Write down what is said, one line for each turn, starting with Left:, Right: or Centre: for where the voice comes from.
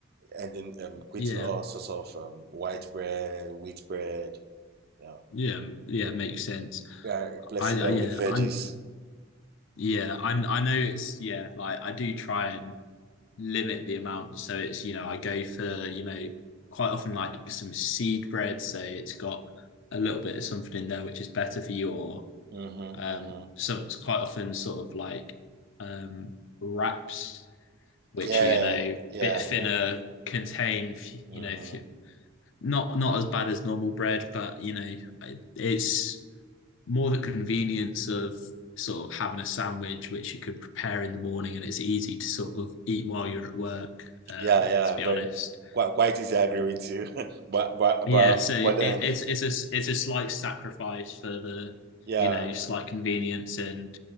Right: and then um, creating
Left: Yeah,
Right: all sorts of um, white bread, wheat bread, you know,
Left: yeah, yeah.
Right: rep-
Left: Makes sense.
Right: yeah, replacing
Left: I,
Right: them
Left: I yeah,
Right: with veggies.
Left: I'm yeah, I I know it's yeah. Like I do try and limit the amount, so it's you know I go for you know quite often like some seed bread, so it's got a little bit of something in there which is better for you, or
Right: Mm-hmm,
Left: Um,
Right: mm-hmm.
Left: so it's quite often sort of like um, wraps, which
Right: Yeah,
Left: you know,
Right: yeah,
Left: bit thinner,
Right: yeah.
Left: contain you
Right: Mm-hmm.
Left: know, f- not not as bad as normal bread, but you know, it's more the convenience of sort of having a sandwich which you can prepare in the morning and it's easy to sort of eat while you're at work. Um,
Right: Yeah, yeah.
Left: to be
Right: Very
Left: honest,
Right: quite quite easy. I agree with you. <laughs> But but
Left: yeah.
Right: but
Left: So it,
Right: but then
Left: it's it's a it's a slight sacrifice for the
Right: yeah,
Left: you know slight convenience and